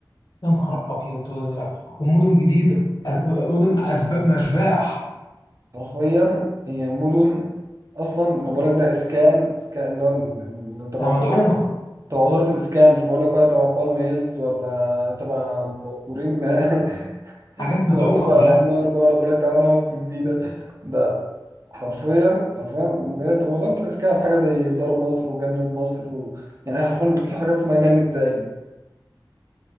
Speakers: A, on the left; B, on the right.
A: يا نهار ابيض وازرق ومدن جديده أز- مدن اسباب مشباح
B: حرفيا هي مدن أصلا أنا بقول لك ده إسكان إسكان اللي هو ال- ال- تبع
A: يعني
B: وزارة
A: مدعومه
B: تبع وزارة الإسكان مش بقول لك بقى تبع بالم هيلز ولا تبع بورين <laughs>
A: حاجات مدعومه
B: ولا تبع
A: كلها
B: عمار بقى ولا بقول لك تعالى نقعد في الفيدا ده حرفيا حرفيا اللي هي تبع وزارة الإسكان حاجة زي دار مصر وجنة مصر و... يعني هي حرفيا في حاجات اسمها جنة زايد